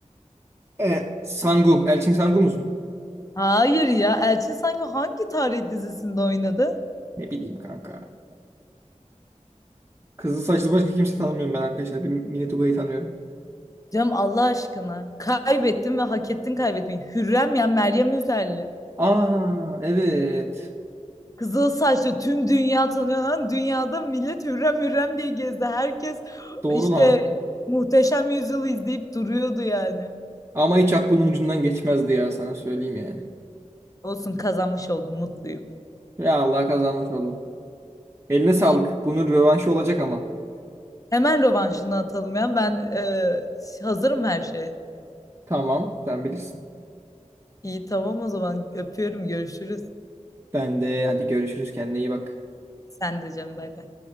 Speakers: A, on the right; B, on the left.
A: E, Sangu. Elçin Sangu musun?
B: Hayır ya. Elçin sanki hangi tarih dizisinde oynadı?
A: Ne bileyim kanka. Kızıl saçlı başka kimse tanımıyorum ben arkadaşlar. Bir Mine Tugay'ı tanıyorum.
B: Canım Allah aşkına. Kaybettin ve hak ettin kaybetmeyi. Hürrem ya Meryem Üzerli.
A: Aa evet.
B: Kızıl saçlı tüm dünya tanıyor lan. Dünyada millet hürrem hürrem diye gezdi. Herkes
A: Doğru
B: işte
A: lan.
B: Muhteşem Yüzyıl'ı izleyip duruyordu yani.
A: Ama hiç aklımın ucundan geçmezdi ya sana söyleyeyim yani.
B: Olsun kazanmış oldum mutluyum.
A: Ya Allah kazanmış oldum. Eline sağlık.
B: İyi.
A: Bunun rövanşı olacak ama.
B: Hemen rövanşını atalım ya. Ben e, hazırım her şeye.
A: Tamam sen bilirsin.
B: İyi tamam o zaman öpüyorum görüşürüz.
A: Ben de hadi görüşürüz kendine iyi bak.
B: Sen de canım bay bay.